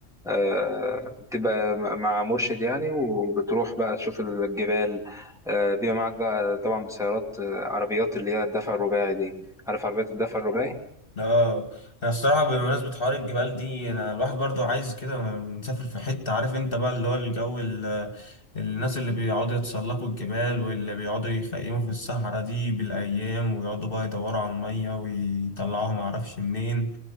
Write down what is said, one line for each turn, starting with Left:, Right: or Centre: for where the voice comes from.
Centre: آه، بتبقى مع مرشد يعني وبتروح بقى تشوف الجبال آه، بيبقى معاك بقى طبعا بسيارات آه، عربيات اللي هي الدفع الرباعي دي عارف عربيات الدفع الرباعي؟
Left: لا انا الصراحه بمناسبه حوار الجبال دي انا الواحد برضو عايز كده نسافر في حته عارف انت بقى اللي هو الجو ال- الناس اللي بيقعدوا يتسلقوا الجبال واللي بيقعدوا يخيموا في الصحراء دي بالايام ويقعدوا بقى يدوروا على الميه ويطلعوها معرفش منين